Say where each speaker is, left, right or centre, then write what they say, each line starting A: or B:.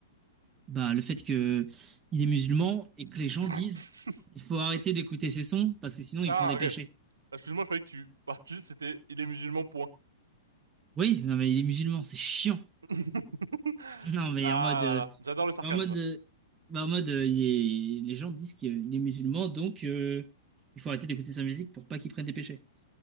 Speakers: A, on the right; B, on the right.
A: Bah, le fait que il est musulman et que les gens
B: <laughs>
A: disent il faut arrêter
B: Ouais.
A: d'écouter ses sons parce que sinon
B: Ah,
A: il prend des
B: ok.
A: péchés.
B: Excuse-moi, je croyais que tu, bah, <laughs> juste c'était, il est musulman, point.
A: Oui, non, mais il est musulman, c'est chiant.
B: <laughs>
A: Non, mais
B: Ah
A: en mode. euh,
B: là là, j'adore le sarcasme.
A: en mode. euh, bah, en mode euh, il est- les gens disent qu'il est musulman, donc euh, il faut arrêter d'écouter sa musique pour pas qu'il prenne des péchés.